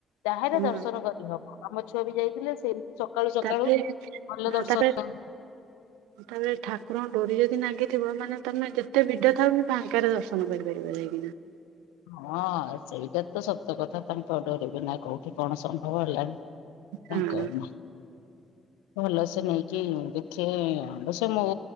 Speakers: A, on the left; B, on the right.
A: ତାହେଲେ
B: ହୁଁ
A: ଦର୍ଶନ କରିହବ ଆମ ଛୁଆ ବି ଯାଇଥିଲେ ସେମିତି ସ ସକାଳୁ ସକାଳୁ
B: ତାପରେ
A: ଭଲ
B: ହଁ
A: ଦର୍ଶନ
B: ତାପରେ ତାପରେ ଠାକୁରଙ୍କ ଡୋରି ଯଦି ନାଗିଥିବ ମାନେ ତମେ ଯେତେ ଭିଡ ଥାଉ ବି ଫାଙ୍କାରେ ଦର୍ଶନ କରିପାରିବ ଯାଇକିନା।
A: ହଁ ସେଇଟା ତ ସତ କଥା ତାଙ୍କ ଡୋରି ବିନା କଉଠି କଣ ସମ୍ଭବ ହେଲାଣି।
B: ହଁ
A: ତାଙ୍କ ବିନା। ଭଲ ସେ ନେଇକି ଦେଖେ ଅବଶ୍ୟ ମୋ